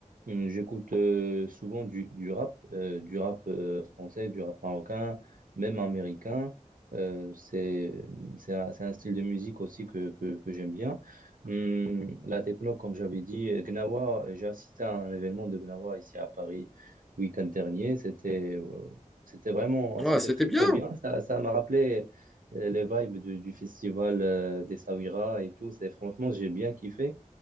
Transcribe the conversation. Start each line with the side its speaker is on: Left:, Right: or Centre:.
Right: hum, j'écoute euh, souvent du, du rap, euh, du rap euh, français, du rap marocain, même américain. Euh, c'est c'est un, c'est un style de musique aussi que, que, que j'aime bien. Hum, la techno, comme j'avais dit, Gnawa, j'ai assisté à un événement de Gnawa ici à Paris week-end dernier. C'était euh, c'était vraiment,
Centre: Ouais,
Right: c'était
Centre: c'était
Right: très
Centre: bien.
Right: très bien. Ça, ça m'a rappelé euh, les vibes du, du festival euh, des Saouira et tout. C'est franchement, j'ai bien kiffé.